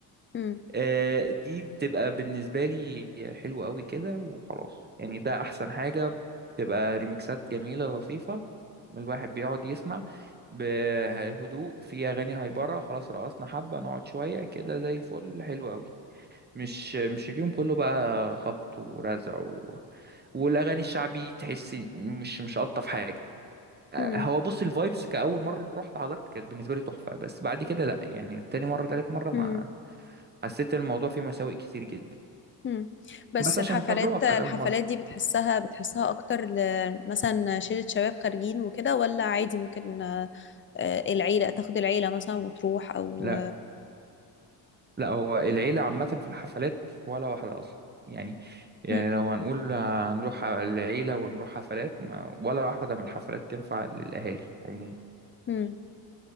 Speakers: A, on the left; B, on the right.
A: مم.
B: آه، دي بتبقى بالنسبة لي حلوة قوي كده وخلاص يعني ده أحسن حاجة بتبقى ريميكسات جميلة لطيفة الواحد بيقعد يسمع بهدوء في أغاني هايبرة خلاص رقصنا حبة نقعد شوية كده زي الفل حلو قوي مش مش اليوم كله بقى خبط ورزع و... والأغاني الشعبي تحس مش مش ألطف حاجة آه،
A: مم.
B: هو بص الفايبس كأول مرة رحت حضرت كانت بالنسبة لي تحفة بس بعد كده لأ يعني تاني مرة تالت مرة ما
A: مم.
B: حسيت إن الموضوع فيه مساوئ كتير جدا
A: مم. بس
B: بس
A: الحفلات
B: عشان التجربة بتاعت
A: الحفلات
B: أول مرة
A: دي بتحسها بتحسها اكتر ل- مثلا شلة شباب خارجين وكده ولا عادي ممكن آه، آه، العيله تاخد العيله مثلا وتروح او
B: لا لا هو العيلة عامة في الحفلات ولا واحدة أصلا يعني يعني
A: مم.
B: لو هنقول هنروح العيلة ونروح حفلات ما ولا واحدة من الحفلات تنفع للأهالي عموما
A: مم.